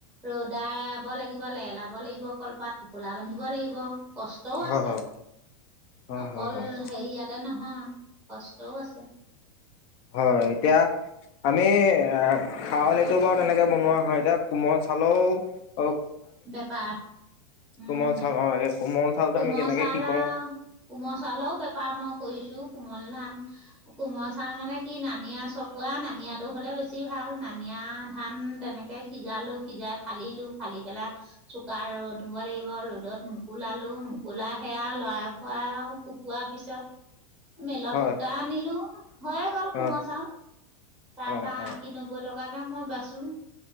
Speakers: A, in the centre; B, on the left.
A: ৰ'দাব লাগিব, লেলাব লাগিব, কলপাত টোপোলা বান্ধিব লাগিব। কষ্টও আছে।
B: হয় হয়
A: অকল
B: হয় হয় হয়
A: হেৰিয়াতে ন নহয় কষ্টও আছে।
B: হয় এতিয়া আমি--আ খাৱলিটো বাৰু তেনেকে বনোৱা হয়। এতিয়া কোমল চাউলৰটো
A: বেপাৰ। উম
B: কোমল চাউল অ লাগে কোমল চাউলটো
A: কোমল
B: আমি কেনেকে
A: চউলা
B: কি কওঁ
A: কোমল চউলৰ ও বেপাৰ মই কৰিছো। কোমল ধান কোমল চাউল মানে কি নানিয়া চকোৱা নানিয়াটো হ'লে বেছি ভাল। নানিয়া ধান তেনেকৈ সিজালোঁ সিজাই ফালিলোঁ ফালি পেলা চোকা ৰ'দ হব লাগিব। ৰ'দত মকলোুলালো, মুকলোা সেয়া লৰাই ভৰা আৰু শুকোৱাৰ পিছত মেলত
B: হয়
A: ফূতা আনিলো। <unintelligible> হয়ে গল
B: হয়
A: কোমল চাউল তাৰ
B: অ
A: পৰা
B: অ
A: আশী-নব্বৈ টকাকে ম বাচো